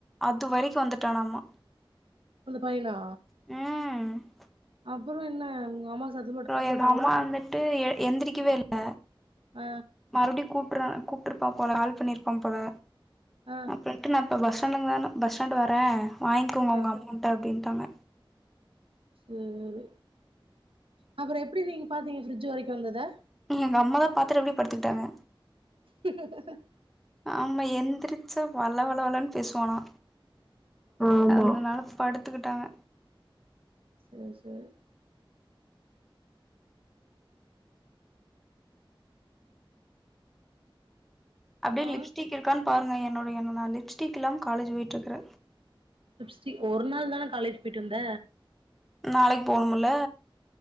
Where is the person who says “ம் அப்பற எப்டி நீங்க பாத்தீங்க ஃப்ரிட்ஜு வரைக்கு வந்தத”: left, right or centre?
Right